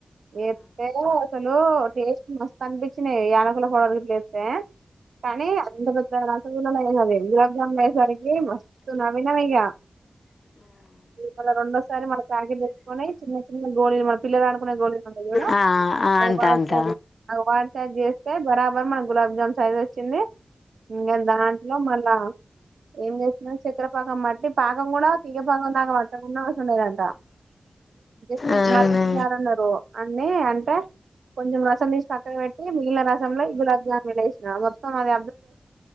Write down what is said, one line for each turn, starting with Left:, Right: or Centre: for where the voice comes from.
Right: వేస్తే అసలు టేస్ట్ మస్తు అనిపించినాయి యనకు కూడా పోడదు లేస్తే కానీ ఇంత పెద్ద రసగుల్లా నవ గులాబ్ జామున్ అయేసరికి మస్తు నవ్వినామీగా మళ రెండోసారి మన ప్యాకెట్ తెచ్చుకొని చిన్న చిన్న గోళీలు మన పిల్లలు ఆడుకునే గోళీలు ఉంటయి జూడు
Left: ఆ
Right: అవి
Left: అంత
Right: వా
Left: అంత
Right: వా చేస్తే బరాబర్ మన గులాబ్ జాన్ సైజోచ్చింది ఇంకా దాంట్లో మళ్ళా ఏం చేసిన చక్కెరపాకం మట్టి పాకం కూడా తీగపాకం దాక అట్టకుండా అవసరం లేదంట జస్ట్
Left: అవును
Right: మరుగుటి జారన్నారు అన్నన్ని అంటే కొంచెం రసం తీసి పక్కన పెట్టి మిగిలిన రసంలో గులాబ్జామూనేసిన సో మా దెగ్